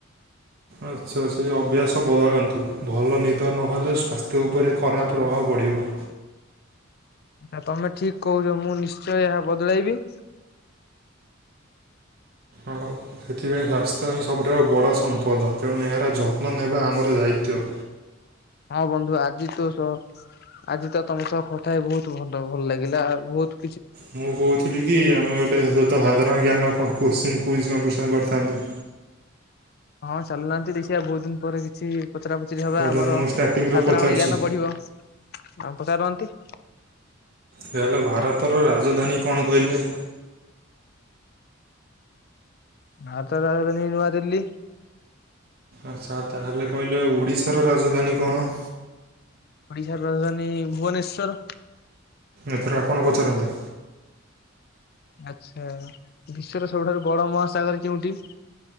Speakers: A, on the right; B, on the left.
A: ଆଚ୍ଛା ସେଇ ଅଭ୍ୟାସ ବଦଳାନ୍ତୁ ଭଲ ନିଦ ନହେଲେ ସ୍ୱାସ୍ଥ୍ୟ ଉପରେ ଖରାପ ପ୍ରଭାବ ପଡିବ।
B: ଆ ତମେ ଠିକ୍ କୋହୁଚ। ମୁଁ ନିଶ୍ଚୟ ଏହା ବଦଳାଇବି।
A: ଆଉ ସେଥିପାଇଁ ସ୍ୱାସ୍ଥ୍ୟ ହିଁ ସବୁଠୁାରୁ ବଡ ସମ୍ପଦ ତେଣୁ ଏହାର ଯତ୍ନ ନେବା ଆମର ଦାୟିତ୍ୱ।
B: ହଁ ବନ୍ଧୁ ଆଜି ତ ଆଜି ତ ସ ଆଜି ତ ତମ ସହ କଥା ହେଇ ବୋହୁତ ଭଲ ଭଲ ଲାଗିଲା ଆ ବୋହୁତ
A: ମୁଁ କୋହୁଥିଲି କି ଆମେ ଗୋଟେ ଶ୍ଵତ ସାଧାରଣ ଜ୍ଞାନ କ କୋଶ୍ଚିନ୍ କୁଇଜ୍ କମ୍ପିଟିସନ୍ କରିଥାନ୍ତେ।
B: ହଁ ଚାଲୁ ନାହାନ୍ତି ଦେଖିଆ ବୋହୁତ ଦିନ ପରେ କିଛି ପଚରା ପଚୁରି ହବା
A: ତାହେଲେ
B: ଆମର
A: ମୁଁ ଷ୍ଟାର୍ଟିଂରୁ
B: ସାଧାରଣ
A: ପଚାରୁଛି
B: ଜ୍ଞାନ ବଢିବ ଆଉ ପଚାରନ୍ତି।
A: ହେଲେ ଭାରତର ରାଜଧାନୀ କଣ କହିଲେ?
B: <unintelligible> ନୂଆଦିଲ୍ଲୀ।
A: ଆଚ୍ଛା ତାହେଲେ କହିଲେ ଓଡିଶାର ରାଜଧାନୀ କଣ?
B: ଓଡିଶାର ରାଜଧାନୀ ଭୁବନେଶ୍ଵର।
A: ଏଥରେ ଆପଣ ପଚାରନ୍ତୁ।
B: ଆଚ୍ଛା ବିଶ୍ଵର ସବୁଠାରୁ ବଡ ମହାସାଗର କେଉଁଠି?